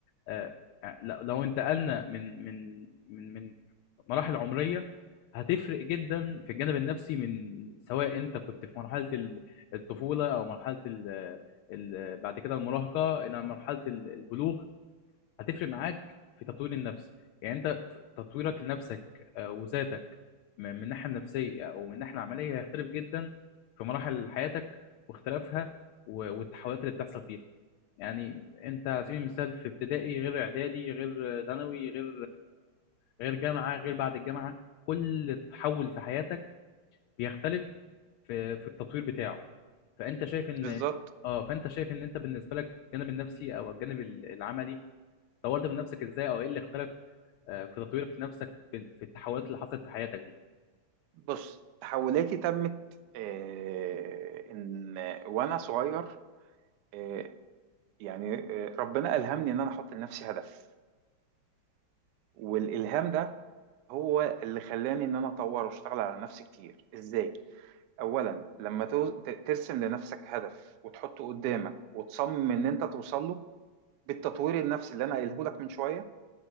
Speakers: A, on the left (about 85°); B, on the right (about 75°).
A: آه، آه، لو لو انتقلنا من من من من مراحل عمريه هتفرق جدا في الجانب النفسي من سواء انت كنت في مرحله ال- الطفوله او مرحله ال ال بعد كده المراهقه الى مرحله ال- البلوغ هتفرق معاك في تطوير النفس يعني انت في تطويرك لنفسك آه، وذاتك م- من الناحيه النفسيه او من الناحيه العمليه هيختلف جدا في مراحل حياتك واختلافها و- والتحولات اللي بتحصل فيها يعني انت على سبيل المثال في ابتدائي غير اعدادي غير ثانوي غير غير جامعه غير بعد الجامعه كل تحول في حياتك بيختلف في في التطوير بتاعه فانت شايف ان
B: بالظبط
A: اه فانت شايف ان انت بالنسبه لك الجانب النفسي او الجانب ال- العملي طورت من نفسك ازاي او ايه اللي اختلف آه، في تطويرك لنفسك في في التحولات اللي حصلت في حياتك دي
B: بص تحولاتي تمت آه، ان وانا صغير آه، يعني آه، ربنا الهمني ان انا احط لنفسي هدف والالهام ده هو اللي خلاني ان انا اطور واشتغل على نفسي كتير ازاي اولا لما تو- ت- ترسم لنفسك هدف وتحطه قدامك وتصمم ان انت توصل له بالتطوير النفسي اللي انا قايله لك من شويه